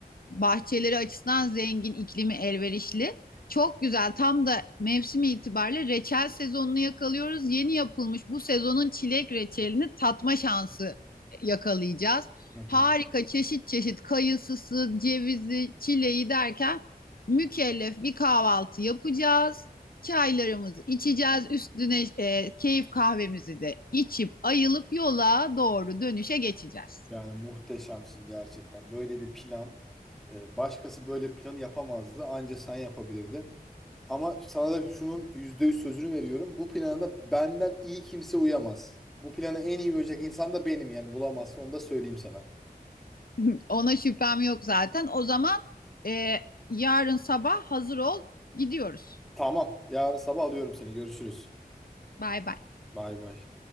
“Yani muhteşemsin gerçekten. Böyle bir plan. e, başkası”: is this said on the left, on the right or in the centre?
Centre